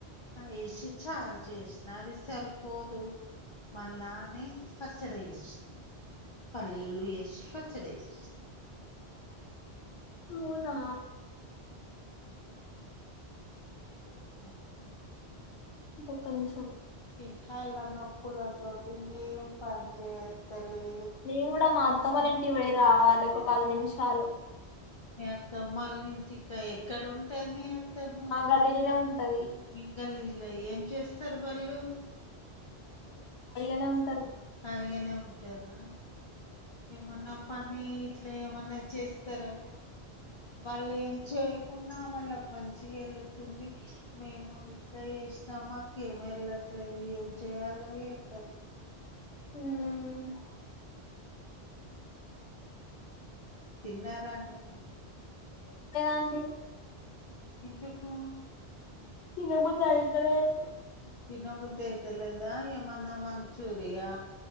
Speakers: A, on the left (about 45°); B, on the left (about 85°).
A: వేసి చారు చేసిన అది సరిపోదు మళ్ళానే పచ్చడిసిన పల్లీలు వేసి పచ్చడి వసా
B: అవునా
A: <unintelligible>
B: కోక ను
A: ఇకాల్లా నకులతో అంట ఏం పని చేత్తలే
B: నేము కూడా మద్దమరంటివళ రావాలి ఒక పది నిమిషాలు
A: ఎంత మళ పర్తికా ఎక్కడ ఉంటుంది మీ అత్తము
B: మా గల్లీలోనే ఉంటది
A: మిగలి ఇల్లా ఏం చేస్తారు వాళ్ళు
B: లా ఉంటారు
A: ఖాళీగానే ఉంటారా ఏమన్నా పనీ అట్లా ఏమన్నా చేస్తరా వాళ్ళు ఏం చేయకున్నా వాళ్ళ ఒక మంచిగా వెళ్ళ ఉంది మేము ఇట్లా చేసినా మాకు ఏమి వెళ్ళట్లేదు ఏం చెయ్యాలై ఎక్క
B: హ్మ
A: తిన్నారా అండి మీరు
B: లేద్ అండి
A: ఎందుకూ
B: తిన బుద్ధిఐతలేదు
A: తిన బుద్ది అయితలేదా ఆ ఏమన్న మంచూరియా